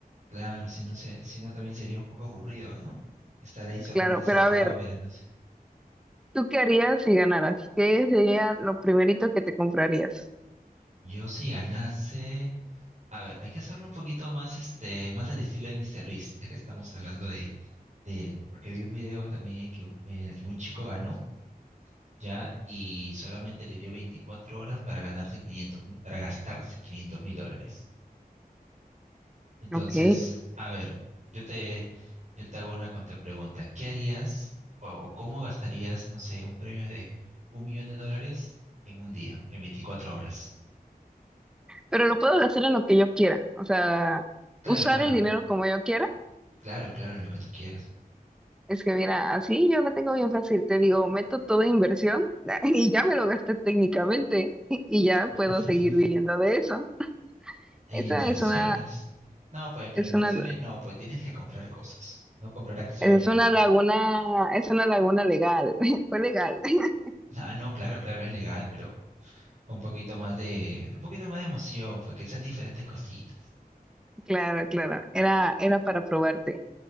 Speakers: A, on the right; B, in the centre.
A: Claro, si no se, si no también sería un poco aburrido, ¿no? Estar ahí solamente
B: claro.
A: sentado
B: Pero a ver,
A: mirando
B: ¿tú qué harías si ganaras? ¿Qué sería lo primerito que te comprarías?
A: Yo si ganase, a ver, hay que hacerlo un poquito más, este, más al estilo de Mr. Beast, ya que estamos hablando de, de él, porque vi un video también que, u- en el que un chico ganó, ya, y solamente le dio 24 horas para ganarse 500, mi- para gastarse 500 mil dólares. Entonces,
B: Ok,
A: a ver, yo te, yo te hago una contrapregunta. ¿Qué harías o, o cómo gastarías, no sé, un premio de un millón de dólares en un día, en 24 horas?
B: pero lo puedo hacer en lo que yo quiera, o sea,
A: Claro,
B: usar
A: claro,
B: el dinero como yo quiera.
A: claro, claro, en lo que tú quieras.
B: Es que mira, así yo lo tengo bien fácil, te digo, meto toda inversión <laughs> y ya me lo gasté técnicamente <laughs> y ya
A: <laughs>
B: puedo seguir viviendo de eso.
A: En
B: Esa
A: inversiones.
B: es una,
A: No, pues, pero
B: es
A: inversiones
B: una
A: no, pues tienes que comprar cosas, no comprar acciones,
B: Es
A: no.
B: una laguna,
A: Co-
B: es una laguna legal, <laughs> fue legal, <laughs>
A: Ah, no, claro, claro, es legal, pero un poquito más de, un poquito más de emoción, pues que sean diferentes cositas.
B: claro, claro, era, era para probarte.